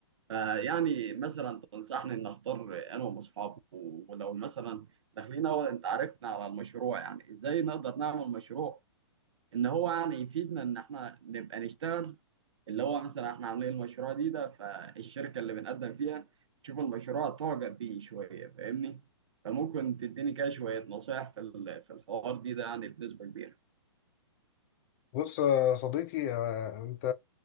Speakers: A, on the right (about 75°); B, on the left (about 35°).
A: فيعني مثلا تنصحني ان اختار انا واصحابي ولو مثلا داخلين هو انت عرفنا على المشروع يعني ازاي نقدر نعمل مشروع ان هو يعني يفيدنا ان احنا نبقى نشتغل اللي هو مثلا احنا عاملين المشروع دي ده فالشركة اللي بنقدم فيها تشوف المشروع تعجب بيه شوية فاهمني فممكن تديني كده شوية نصايح في ال- في الحوار دي ده يعني بنسبة كبيرة
B: بص يا صديقي آه، انت